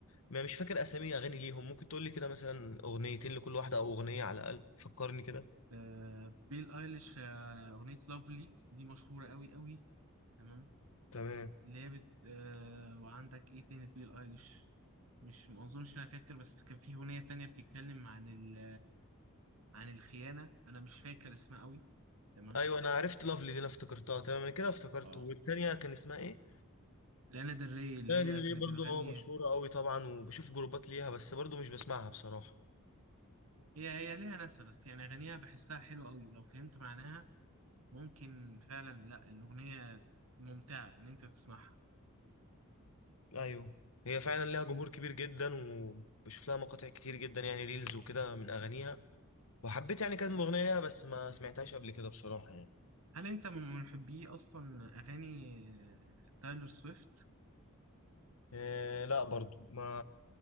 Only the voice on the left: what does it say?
ما مش فاكر اسامي اغاني ليهم ممكن تقول لي كده مثلا اغنيتين لكل واحده او اغنيه على الاقل فكرني كده
تمام
ايوه انا عرفت لافلي دي انا افتكرتها تمام انا كده افتكرت
والتانيه كان اسمها ايه
لا
دي اللي
برضو
اه مشهورة قوي طبعا وبشوف جروبات ليها بس برضو مش بسمعها بصراحة
ايوه هي فعلا ليها جمهور كبير جدا وبشوف لها مقاطع كتير جدا يعني ريلز وكده من اغانيها وحبيت يعني كانت اغنية ليها بس ما سمعتهاش قبل كده بصراحة يعني
إيه لا برضو ما